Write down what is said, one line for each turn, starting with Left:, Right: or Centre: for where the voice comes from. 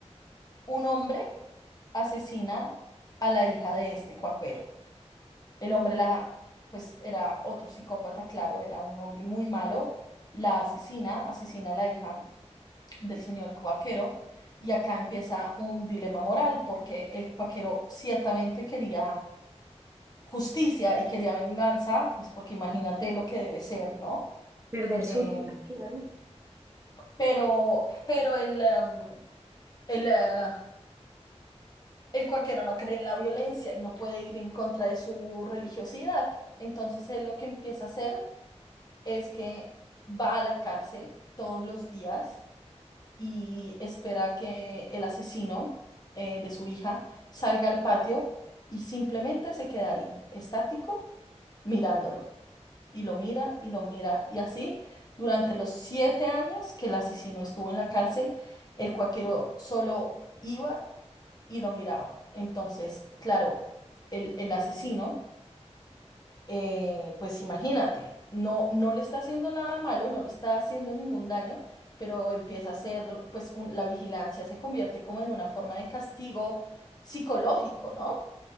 Left: un hombre asesina a la hija de este cuaquero. El hombre la, pues era otro psicópata, claro, era un hombre muy malo, la asesina, asesina a la hija del señor Cuaquero. Y acá empieza un dilema moral, porque el Cuaquero ciertamente quería justicia y quería venganza, pues porque imagínate lo que debe ser, ¿no?
Right: Perder
Left: Eh,
Right: su vida, claro.
Left: pero, pero el, em, el, eh, el Cuaquero no cree en la violencia y no puede ir en contra de su religiosidad. Entonces él lo que empieza a hacer es que va a la cárcel todos los días y espera que el asesino eh, de su hija salga al patio y simplemente se queda ahí, estático, mirándolo. Y lo mira y lo mira. Y así, durante los siete años que el asesino estuvo en la cárcel, el cuaquero solo iba y lo miraba. Entonces, claro, el, el asesino eh, pues imagínate, no, no le está haciendo nada malo, no le está haciendo ningún daño, pero empieza a ser, pues un- la vigilancia se convierte como en una forma de castigo psicológico, ¿no?